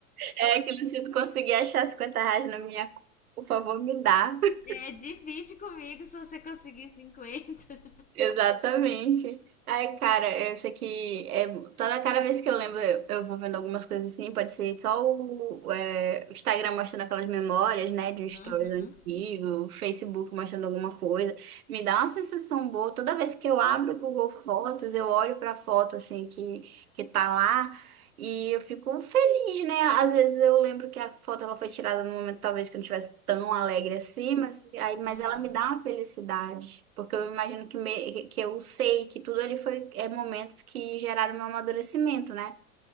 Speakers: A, on the right (about 75°); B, on the left (about 20°).
A: É aquilo, se tu conseguir achar 50 reais na minha conta, por favor, me dá. <laughs>
B: É, divide comigo se você conseguir cinquenta
A: Exatamente. Ai, cara, eu sei que é, toda cada vez que eu lembro, eu, eu vou vendo algumas coisas assim, pode ser só o, é, o Instagram mostrando aquelas memórias, né, de stories
B: Uhum,
A: antigo, o Facebook mostrando alguma coisa. Me dá uma sensação boa. Toda vez que eu abro o Google Fotos, eu olho pra foto assim que, que tá lá e eu fico feliz Depende, né? Às vezes eu lembro que a foto ela foi tirada num momento talvez que eu não estivesse tão alegre assim, mas, aí, mas
B: uhum.
A: ela me dá uma felicidade, porque eu imagino que, me- que eu sei que tudo ali foi é, momentos que geraram meu amadurecimento, né?